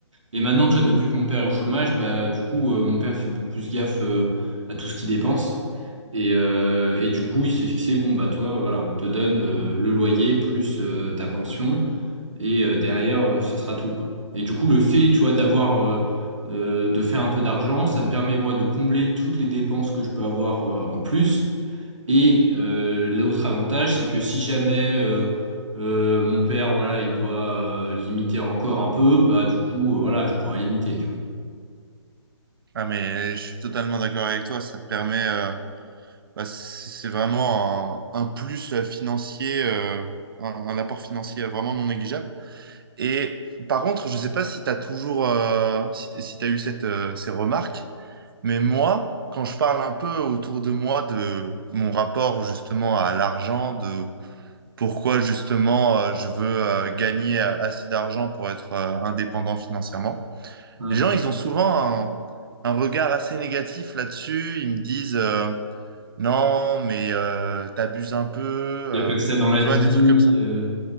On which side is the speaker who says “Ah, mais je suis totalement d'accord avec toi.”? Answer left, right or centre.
Right